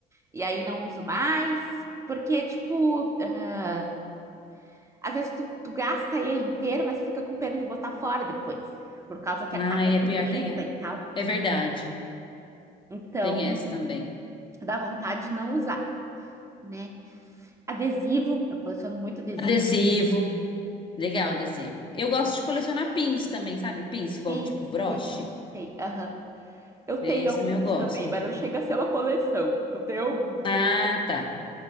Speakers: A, on the right (about 15°); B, on the left (about 30°).
A: e aí não uso mais, porque, tipo, ah, às vezes tu, tu gasta ele inteiro, mas fica com pena de botar fora depois, por causa que
B: Ah,
A: a capa
B: é
A: é bonita
B: pior, tem é.
A: e tal.
B: É verdade.
A: Então,
B: Tem essa também.
A: dá vontade de não usar, né? Adesivo, eu coleciono muito adesivo.
B: Adesivo. Legal, adesivo. Eu gosto
A: Gosto.
B: de colecionar pins também, sabe? Pins, igual
A: Sim,
B: tipo broche.
A: sei, sei. Aham. Eu
B: Esse
A: tenho alguns
B: também eu gosto.
A: também, mas não chega a ser uma coleção. Eu tenho alguns.
B: Ah, tá.